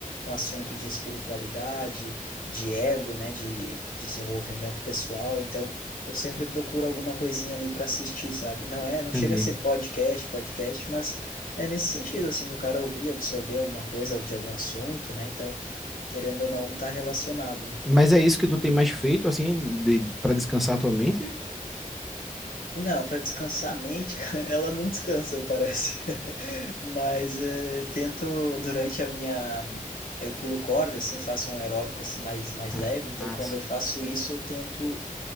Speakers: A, on the left (about 80°); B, in the centre.
A: um assunto de espiritualidade, de ego, né, de desenvolvimento pessoal. Então, eu sempre procuro alguma coisinha ali para assistir, sabe? Não é, não
B: entendi.
A: chega a ser podcast, podcast, mas é nesse sentido assim do cara ouvir, absorver alguma coisa de algum assunto, né? Então, querendo ou não, tá relacionado, né?
B: Mas é isso que tu tem mais feito, assim, de, para descansar a tua mente?
A: Não, para descansar a mente, <laughs> cara, ela não descansa, parece. <laughs> Mas eh, tento durante a minha eu pulo corda, assim, faço um aeróbico assim mais mais
B: Ah,
A: leve. Então,
B: massa.
A: quando eu faço isso, eu tento